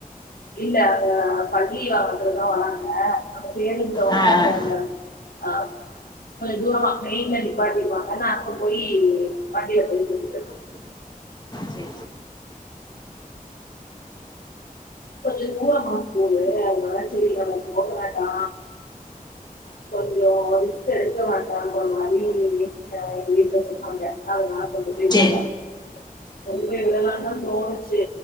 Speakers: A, on the left (about 85°); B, on the left (about 30°).
A: இல்ல அங்க பள்ளி வாகனத்துலதான் வராங்க அந்த கேடுல வந்து
B: ஆ ஆ
A: அங்க
B: ஆ
A: ஆ கொஞ்ச தூரமா மெயின்ல நிப்பாட்டி இருவாங்க நா அங்கபோயி வண்டியில போய் கூட்டிட்டு வந்துருவ
B: சரி
A: கொஞ்ச தூர மாஸ் போடு அதனால செரி நம்ம இப்ப போக வேண்டா கொஞ்சோ ரிஸ்க் எடுக்க வேண்டான்ற மாரி ஆ வீட்ல சொன்னங்க அதனால கொண்டு போய்
B: செரி
A: விடல கொண்டு போய் விடலான் தா தோணுச்சு